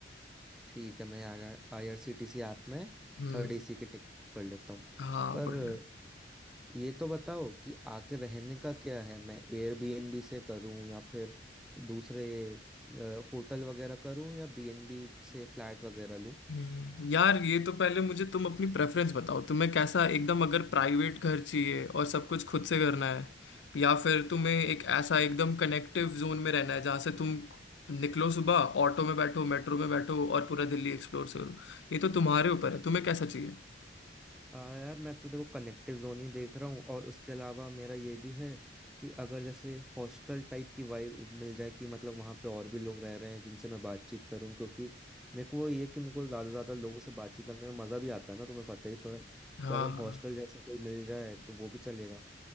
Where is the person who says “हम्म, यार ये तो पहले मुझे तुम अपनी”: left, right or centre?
Left